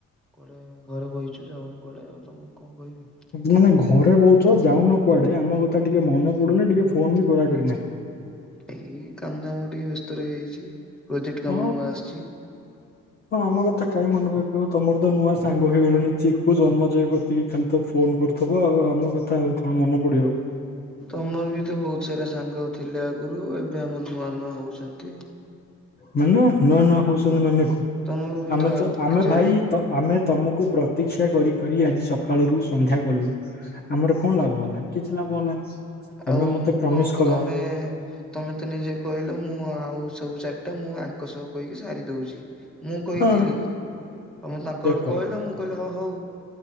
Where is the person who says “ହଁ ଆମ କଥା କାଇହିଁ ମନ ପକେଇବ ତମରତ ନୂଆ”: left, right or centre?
Left